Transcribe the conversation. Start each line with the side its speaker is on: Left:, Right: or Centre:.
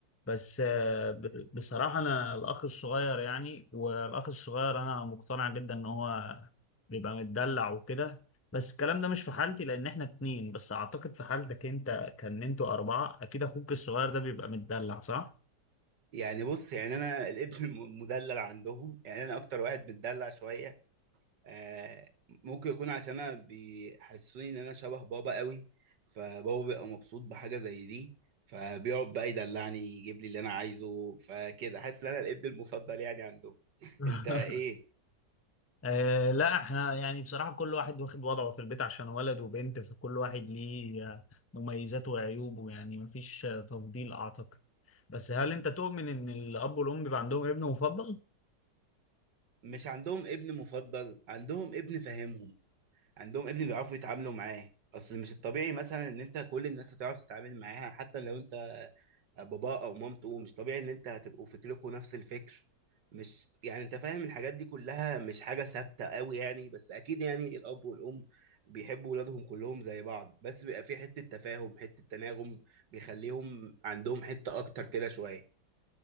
Left: بس آه، ب- بصراحه انا الاخ الصغير يعني والاخ الصغير انا مقتنع جدا ان هو بيبقى متدلع وكده بس الكلام ده مش في حالتي لان احنا اتنين بس اعتقد في حالتك انت كان انتوا اربعه اكيد اخوك الصغير ده بيبقى متدلع صح
Right: يعني بص يعني انا الابن <laughs> الم- المدلل عندهم يعني انا اكتر واحد متدلع شويه آه، ممكن يكون عشان انا بيحسسوني ان انا شبه بابا قوي فبابا بيبقى مبسوط بحاجه زي دي فبيقعد بقى يدلعني يجيب لي اللي انا عايزه فكده حاسس ان انا الابن المفضل يعني عندهم <laughs>
Left: <laughs>
Right: انت ايه
Left: آه لا احنا يعني بصراحة كل واحد واخد وضعه في البيت عشان ولد وبنت فكل واحد ليه آه، مميزاته وعيوبه يعني مفيش آه، تفضيل أعتقد بس هل أنت تؤمن إن الأب والأم بيبقى عندهم ابن مفضل؟
Right: مش عندهم ابن مفضل عندهم ابن فاهمهم عندهم ابن بيعرفوا يتعاملوا معاه اصل مش الطبيعي مثلا ان انت كل الناس هتعرف تتعامل معاها حتى لو انت باباه او مامته مش طبيعي ان انت هتبقوا فكركم نفس الفكر مش يعني انت فاهم الحاجات دي كلها مش حاجة ثابتة قوي يعني بس اكيد يعني الاب والام بيحبوا ولادهم كلهم زي بعض بس بيبقى في حتة تفاهم حتة تناغم بيخليهم عندهم حتة اكتر كده شوية